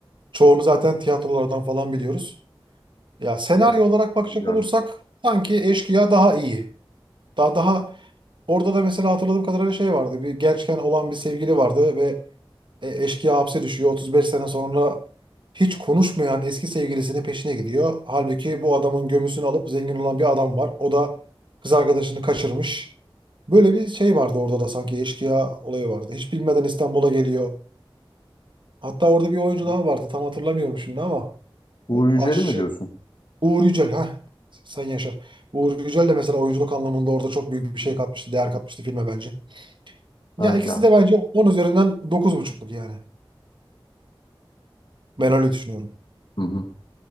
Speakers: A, on the right; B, on the left.
A: Çoğunu zaten tiyatrolardan falan biliyoruz. Ya senaryo
B: Tabii.
A: olarak
B: Uğur
A: bakacak
B: Yücel.
A: olursak sanki Eşkıya daha iyi. Daha
B: Hı
A: daha Orada da mesela hatırladığım kadarıyla şey vardı. Bir gençken olan bir sevgili vardı ve e, eşkıya hapse düşüyor. 35 sene sonra hiç konuşmayan eski sevgilisinin peşine gidiyor. Halbuki bu adamın gömüsünü alıp zengin olan bir adam var. O da kız arkadaşını kaçırmış. Böyle bir şey vardı orada da sanki eşkıya olayı vardı. Hiç bilmeden İstanbul'a geliyor. Hatta orada bir oyuncu
B: hı.
A: daha vardı. Tam hatırlamıyorum şimdi ama
B: Uğur
A: e,
B: Yücel'i
A: aşçı
B: mi diyorsun?
A: Uğur Yücel ha. Sen yaşa. Uğur Yücel de mesela oyunculuk anlamında orada çok büyük bir şey katmıştı, değer katmıştı filme bence. Ya
B: Evet
A: ikisi
B: ya.
A: de bence 10 üzerinden dokuz buçukluk yani. Ben öyle düşünüyorum.
B: Hı hı.